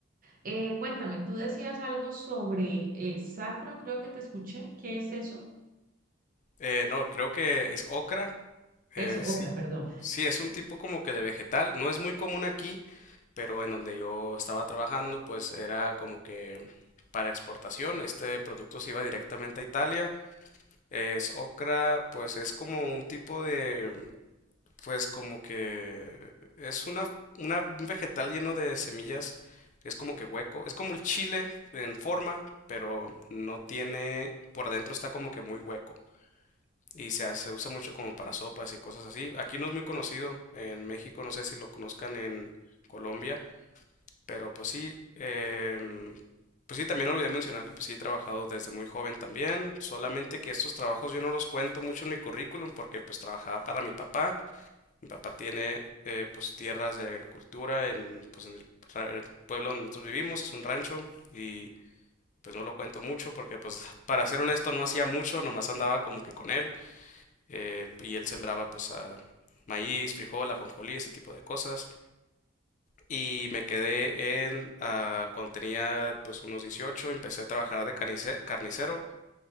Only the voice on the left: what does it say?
Eh, no, creo que es ocra.
eh, sí.
Sí, es un tipo como que de vegetal. No es muy común aquí, pero en donde yo estaba trabajando, pues era como que para exportación. Este producto se iba directamente a Italia. Es ocra, pues es como un tipo de pues como que es una, una- un vegetal lleno de semillas, es como que hueco, es como el chile en forma, pero no tiene, por adentro está como que muy hueco y se, hace- se usa mucho como para sopas y cosas así. Aquí no es muy conocido, en México no sé si lo conozcan en Colombia, pero pues sí, em, pues sí, también olvidé mencionar que pues sí he trabajado desde muy joven también, solamente que estos trabajos yo no los cuento mucho en mi currículum porque pues trabajaba para mi papá. Mi papá tiene eh, pues tierras de agricultura en, pues, en el, ra- el pueblo donde nosotros vivimos, es un rancho y pues no lo cuento mucho porque pues <laughs> para ser honesto no hacía mucho, nomás andaba como que con él eh, y él sembraba pues ah, maíz, frijol, ajonjolí, ese tipo de cosas y me quedé en ah, cuando tenía pues unos 18, empecé a trabajar de canice- carnicero